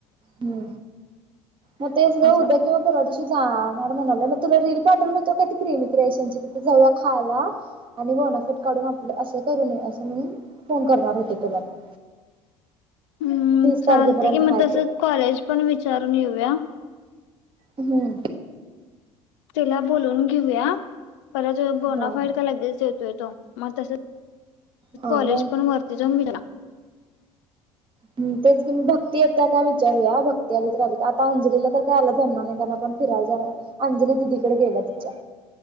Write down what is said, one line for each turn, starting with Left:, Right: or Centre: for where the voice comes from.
Right: हम् म तेच ग
Left: असं
Right: उद्या किंवा परवा तशी जाणार म्हणाल्या मी तुला रील का क्रमी क्रिएशनची तिथे जाऊया खायला आणि बोनाफाईट काढून आ आपलं असं करू नये असं म्हणून फोन करणार होते तुला मी.
Left: हम्म
Right: तीस तारखेपर्यंत
Left: चालते कि मग
Right: हाय
Left: तसच
Right: ते
Left: कॉलेज पण विचारून येऊया.
Right: हम्म.
Left: तिला बोलून घेऊया परत बोनाफाईड
Right: हा
Left: का लगेच देतोय तो मग तस
Right: हा
Left: कॉलेज
Right: मग
Left: पण वरती जम ना.
Right: म तेच कि भक्ती य त्या काय विचारूया भक्ती आली तर आली का आता अंजलीला तर काय आला जमणार नाही कारण फिरायला जाणार अंजली दिदीकडे गेल्या तिच्या.